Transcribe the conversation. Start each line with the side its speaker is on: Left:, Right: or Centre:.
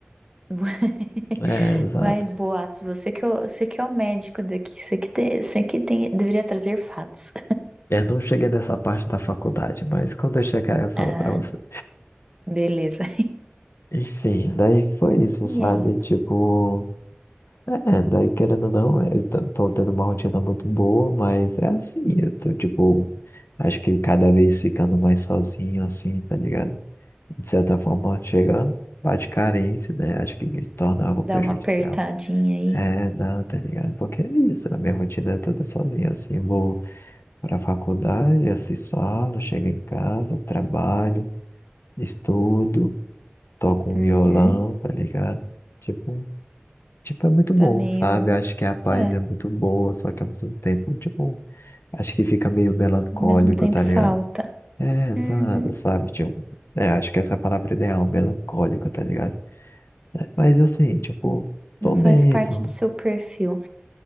Right: <laughs>
Left: É, exato.
Right: Vai, Boatos, você que é, o- você que é o médico daqui, você que, te- você que tem, deveria trazer fatos.
Left: Eu não cheguei nessa parte da faculdade, mas quando eu chegar eu falo
Right: Ah,
Left: pra você.
Right: beleza.
Left: Enfim, daí foi isso, sabe?
Right: E aí?
Left: Tipo, é, daí querendo ou não, eu t- tô tendo uma rotina muito boa, mas é assim, eu tô, tipo, acho que cada vez ficando mais sozinho, assim, tá ligado? De certa forma, chega, bate carência, né? Acho que me torna algo
Right: Dá
Left: prejudicial.
Right: uma apertadinha aí.
Left: É, não, tá ligado? Porque é isso, a minha rotina é toda sozinha, assim, eu vou pra faculdade, assisto aula, chego em casa, trabalho. estudo, toco um
Right: Uhum.
Left: violão, tá ligado? Tipo, tipo, é muito bom,
Right: Tá meio.
Left: sabe? Acho que a paz
Right: É,
Left: é muito boa, só que ao mesmo tempo, tipo, acho que fica meio melancólico,
Right: ao mesmo tempo
Left: tá
Right: falta.
Left: ligado? É, exato,
Right: Uhum.
Left: sabe? Tipo, é, acho que essa é a palavra ideal, melancólico, tá ligado? É, mas assim, tipo,
Right: Não
Left: tô
Right: faz
Left: bem,
Right: parte
Left: tô...
Right: do seu perfil.